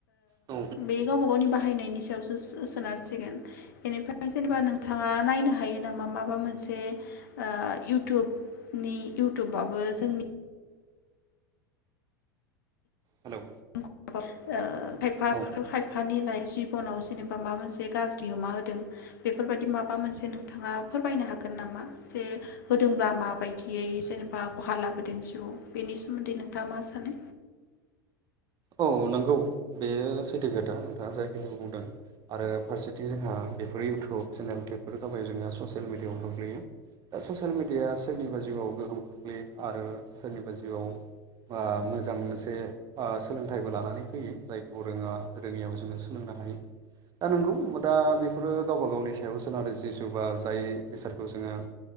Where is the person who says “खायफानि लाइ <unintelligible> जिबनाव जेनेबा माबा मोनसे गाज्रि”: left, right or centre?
Left